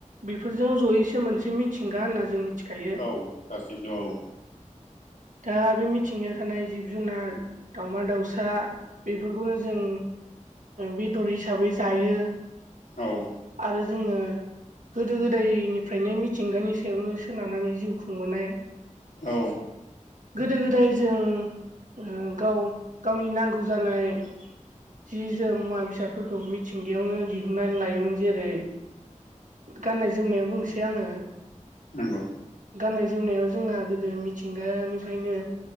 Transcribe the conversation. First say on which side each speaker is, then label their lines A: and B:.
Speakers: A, on the right; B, on the left.
A: बेफोरजों जयैसो मोनसे मिथिं गा होनना जों मिथिखायो।
B: औ गासैबो
A: दा बे मिथिंगायाव थानाय जिब जुनार दाउमा दाउसा बेफोरखौनो जों बेदर हिसाबै जायो।
B: औ
A: आरो जोङो गोदो गोदायनिफ्रायनो मिथिंगानि सायावनो सोनारनानै जिउ खुंबोनाय
B: औ
A: गोदो गोदाय जों ओ गाव गावनि नांगौ जानाय जि जोम मुवा बेसाद फोरखौ मिथिंगायावनो दिहुननानै लायोमोन। जेरै गाननाय जोमनायाव बुंसै आङो
B: नंगौ
A: गाननाय जोमनायाव जोंहा गोदो मिथिंगानिफ्रायनो